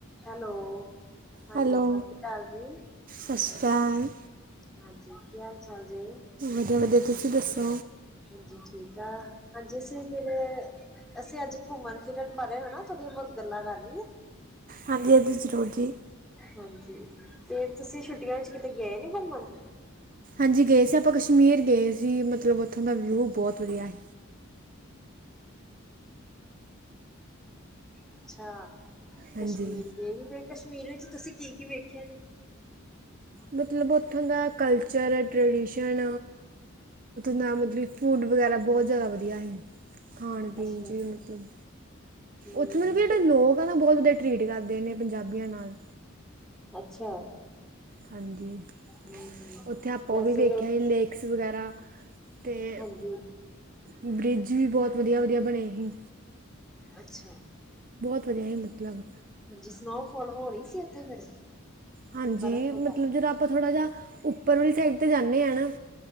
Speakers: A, in the centre; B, on the right (about 40°).
A: Hello! ਹਾਂਜੀ,
B: hello
A: ਸਤਿ ਸ੍ਰੀ ਅਕਾਲ ਜੀ।
B: ਸਤਿ ਸ੍ਰੀ ਅਕਾਲ।
A: ਹਾਂਜੀ ਕੀ ਹਾਲ ਚਾਲ ਜੇ?
B: ਵਧੀਆ ਵਧੀਆ ਤੁਸੀਂ ਦੱਸੋ
A: ਹਾਂਜੀ, ਠੀਕ ਆ। ਹਾਂਜੀ ਅਸੀਂ ਫਿਰ ਅਸੀਂ ਅੱਜ ਘੁੰਮਣ ਫਿਰਨ ਬਾਰੇ ਹੈਨਾ, ਥੋੜ੍ਹੀਆਂ ਬਹੁਤ ਗੱਲਾਂ ਕਰ ਲਈਏ।
B: ਹਾਂਜੀ, ਹਾਂਜੀ ਜ਼ਰੂਰ ਜੀ।
A: ਹਾਂਜੀ। ਫੇਰ ਤੁਸੀਂ ਛੁੱਟੀਆਂ 'ਚ ਕਿਤੇ ਗਏ ਨੀ ਘੁੰਮਣ?
B: ਹਾਂਜੀ ਗਏ ਸੀ ਆਪਾਂ ਕਸ਼ਮੀਰ ਗਏ ਸੀ। ਮਤਲਬ ਉੱਥੋਂ ਦਾ ਵਿਊ ਬਹੁਤ ਵਧੀਆ ਸੀ।
A: ਅੱਛਾ!
B: ਹਾਂਜੀ
A: ਕਸ਼ਮੀਰ ਗਏ ਹੀ, ਫੇਰ ਕਸ਼ਮੀਰ ਵਿੱਚ ਤੁਸੀਂ ਕੀ -ਕੀ ਵੇਖਿਆ ਜੇ?
B: ਮਤਲਬ ਉਥੋਂ ਦਾ ਕਲਚਰ ਟਰੈਡੀਸ਼ਨ ਦਾ ਮਤਲਬ ਫੂਡ ਵਗੈਰਾ ਬਹੁਤ ਜਿਆਦਾ ਵਧੀਆ। ਖਾਣ ਪੀਣ
A: ਅੱਛਾ
B: 'ਚ ਮਤਲਬ
A: ਹਮ
B: ਉੱਥੇ ਮਤਲਬ ਕਿ ਜਿਹੜੇ ਲੋਕ ਆ ਨਾ ਬਹੁਤ ਵਧੀਆ ਟਰੀਟ ਕਰਦੇ ਨੇ ਪੰਜਾਬੀਆਂ ਨਾਲ
A: ਅੱਛਾ
B: ਹਾਂਜੀ
A: ਹਮ
B: ਉੱਥੇ ਆਪਾਂ
A: ਵੈਸੇ
B: ਉਹ ਵੀ ਵੇਖਿਆ ਸੀ ਲੇਕ ਬਕਸ ਵਗੈਰਾ ਤੇ
A: ਹਾਂਜੀ
B: ਬ੍ਰਿਜ ਵੀ ਬਹੁਤ ਵਧੀਆ ਵਧੀਆ ਬਣੇ ਹੀ।
A: ਅੱਛਾ।
B: ਵਧਿਆ ਹੀ ਮਤਲਬ।
A: ਹਾਂਜੀ ਸਨੋਫੋਲ ਹੋ ਰਹੀ ਸੀ ਉੱਥੇ ਫਿਰ
B: ਹਾਂਜੀ
A: ਬਰਫ਼ ਵਗੈਰਾ
B: ਮਤਲਬ ਜਦੋ ਆਪਾਂ ਥੋੜ੍ਹਾ ਜਿਹਾ ਉੱਪਰ ਵਾਲੀ ਸਾਈਡ ਤੇ ਜਾਂਣੇ ਹਨਾ।